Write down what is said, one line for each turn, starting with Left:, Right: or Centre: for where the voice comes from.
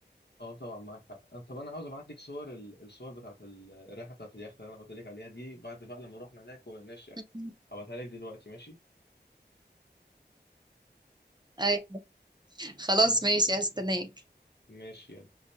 Left: اه طبعا معاك حق آه طب انا عاوز ابعت لك صور ال- الصور بتاعت ال- الرحله بتاعت اليخت اللي انا قلت لك عليها دي بعد بقى لما رحنا هناك وما لقيناش يخت
Right: <laughs>
Left: هبعتها لك دلوقتي ماشي
Right: أيوة. خلاص ماشي هستناك
Left: ماشي يلا